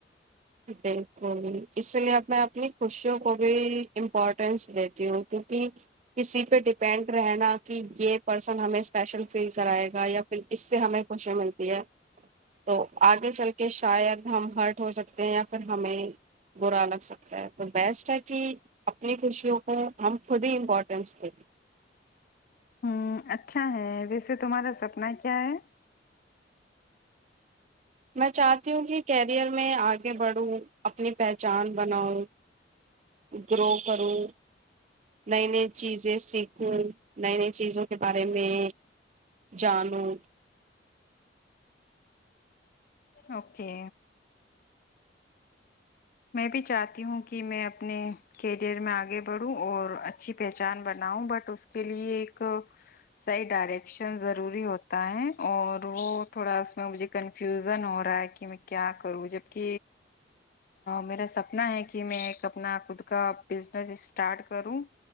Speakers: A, on the right; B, on the left.
A: بالکل اس لیے اب میں اپنی خوشیوں کو بھی امپورٹینس دیتی ہوں کیونکہ کسی پہ ڈپینڈ رہناا کہ یہ پرسن ہمیں اسپیشل فیل کرائے گا یا پھر اس سے ہمیں خوشی ملتی ہے تو آگے چل کے شاید ہم ہرٹ ہو سکتے یا پھر ہمیں برا لگ سکتا ہے تو بیسٹ ہے کہ اپنی خوشیوں کو ہم خود ہی امپورٹینس دیں گیں
B: ہ اچھا ہے ویسے تمہارا سپنا کیا ہے
A: میں چاہتی ہوں کہ کیریئر میں آگے بڑھوں اپنی پہچان بناؤ گرو کرو نہیں نہیں چیزیں سیکھوں نئی نئی چیزوں کے بارے میں جانوں
B: اوکے میں بھی چاہتی ہوں کہ میں اپنے کیریئر میں آگے بڑھوں اور اچھی پہچان بناؤں بٹ اس کے لیے ایک صحیح ڈائریکشن ضروری ہوتا ہے اور وہ تھوڑا اس میں مجھے کنفیوزن ہو رہا ہے کہ میں کیا کروں جبک میرا سپنا ہے کہ میں ایک اپنا خود کا بزنس اسٹارٹ کروں